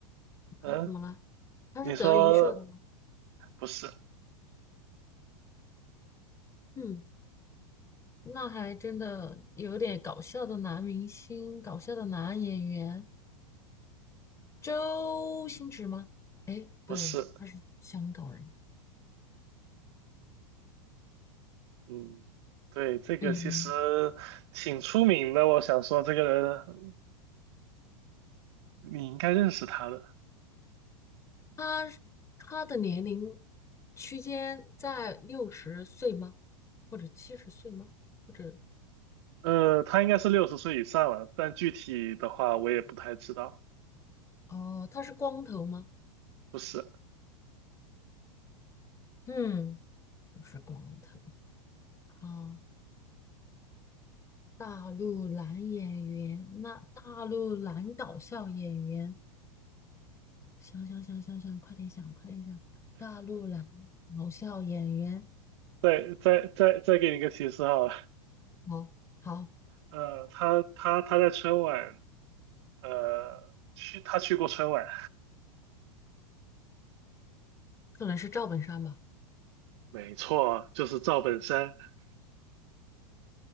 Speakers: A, on the left; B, on the right.
A: 他怎么了？
B: 嗯，
A: 他是德云社的吗？
B: 你说不是
A: 嗯。那还真的有点搞笑的男明星，搞笑的男演员，周星驰吗？不有，
B: 不是，
A: 他是香港人。
B: 嗯，对，这个其实挺出名的，
A: 嗯，
B: 我想说这个人你应该认识他的。
A: 他他的年龄区间在六十岁吗？或者七十岁吗？或者
B: 呃，他应该是六十岁以上了，但具体的话我也不太知道。
A: 哦，他是光头吗？
B: 不是，
A: 嗯，不是光头啊。大陆男演员，那大陆男搞笑演员。想想想想想，快点想，快点想。大陆来搞笑演员，
B: 再再再再给你一个提示哈，
A: 好好，
B: 呃，他他他在春晚，呃，去他去过春晚，
A: 可能是赵本山吧
B: 没错，就是赵本山。